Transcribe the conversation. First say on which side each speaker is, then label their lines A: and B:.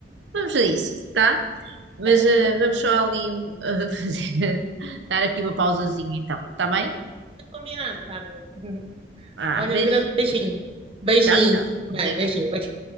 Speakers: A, on the right (about 85°); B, on the right (about 30°).
A: Vamos a isso, tá? Mas
B: Ok,
A: eh,
B: fica
A: vamos só ali um, eh, <laughs> fazer, dar aqui uma pausazinha, então. Tá bem?
B: Combinado, Carla. <laughs>
A: Ah,
B: Olha,
A: beijinho.
B: um grande beijinho. Beijinho,
A: Tchau, tchau.
B: fique bem.
A: Obrigada.
B: Beijinho, beijinho.